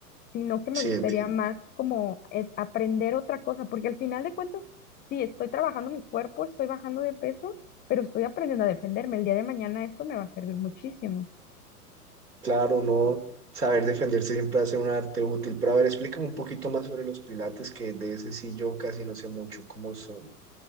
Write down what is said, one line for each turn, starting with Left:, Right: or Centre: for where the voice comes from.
Left: sino que me
Right: Sí,
Left: gustaría
Right: entiendo.
Left: más como eh, aprender otra cosa, porque al final de cuentas, sí, estoy trabajando mi cuerpo, estoy bajando de peso, pero estoy aprendiendo a defenderme. El día de mañana esto me va a servir muchísimo.
Right: Claro, no saber defenderse siempre hace un arte útil. Pero a ver, explícame un poquito más sobre los pilates, que de ese sí yo casi no sé mucho cómo son.